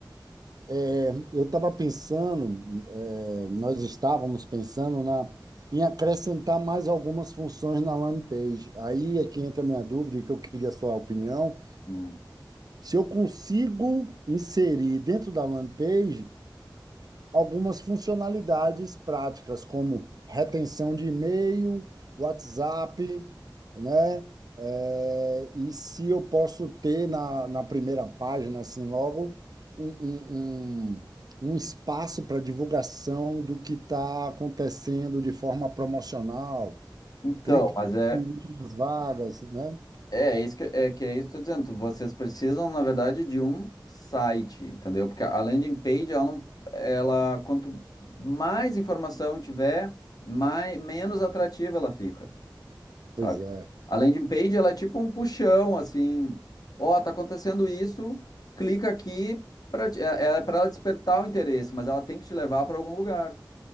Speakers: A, on the right (about 55°); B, on the left (about 55°).
A: É, eu estava pensando, é, nós estávamos pensando na, em acrescentar mais algumas funções na landing page. Aí é que entra a minha dúvida e que eu queria a sua opinião.
B: Hum.
A: Se eu consigo inserir dentro da landing page algumas funcionalidades práticas, como retenção de e-mail, WhatsApp, né? É, e se eu posso ter na, na primeira página, assim, logo, um, um, um, um espaço para divulgação do que está acontecendo de forma promocional.
B: Então,
A: Clique aqui
B: mas é,
A: nas vagas, né?
B: É, é isso que, é, que é isso que eu tô dizendo. Vocês precisam, na verdade, de um site, entendeu? Porque a landing page, ela não, ela, quanto mais informação tiver, mais, menos atrativa ela fica,
A: Pois
B: sabe?
A: é.
B: A landing page, ela é tipo um puxão, assim, ó, tá acontecendo isso, clica aqui para é, é para ela despertar o interesse, mas ela tem que te levar para algum lugar.